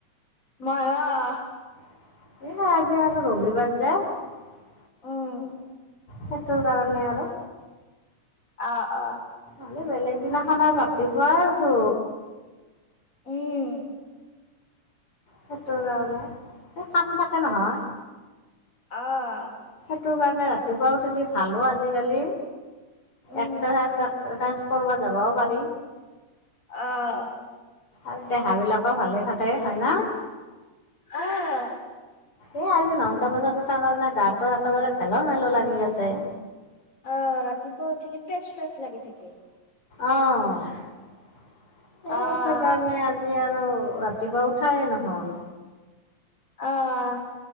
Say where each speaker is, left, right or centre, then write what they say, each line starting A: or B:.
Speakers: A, on the left (about 25°); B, on the left (about 45°).
A: ময়ো অ '
B: <inaudible>
A: উম,
B: সেইটোৰ কাৰণে আৰু।
A: <inaudible>
B: খালি বেলেগ দিনাখন আৰু ৰাতিপুৱাই উঠো
A: উম,
B: সেইটোৰ কাৰণে এই কাম থাকে নহয়।
A: অ '
B: সেইটো কাৰণে ৰাতিপুৱা উঠিলি ভালো আজিকালি
A: উম,
B: এক্সাৰচাইজ চেক্সাৰচাইজ কৰিব যাবও পাৰি।
A: আহ
B: আৰু দেহ বিলাকো ভালে থাকে হয় ন'
A: অ'
B: এই আজি নটা বজাত উঠা কাৰণে গাো একেবাৰে খেল মেলো লাগি আছে।
A: আহ ৰাতিপুৱা উঠিলি ফ্ৰেছ ফ্ৰেছ লাগি থাকে।
B: অ ' সেইটো
A: অ',
B: কাৰণে আজি আজি আৰু ৰাতিপুৱা উঠায়ে নহ'ল
A: অ '